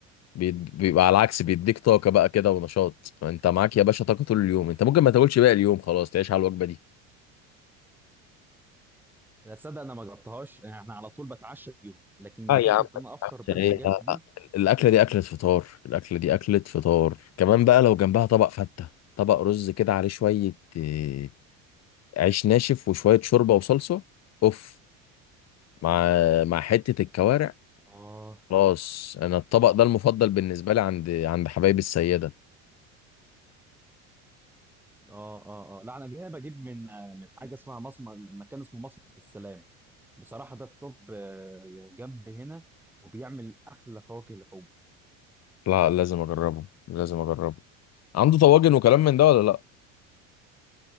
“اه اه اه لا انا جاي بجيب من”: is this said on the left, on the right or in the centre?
Centre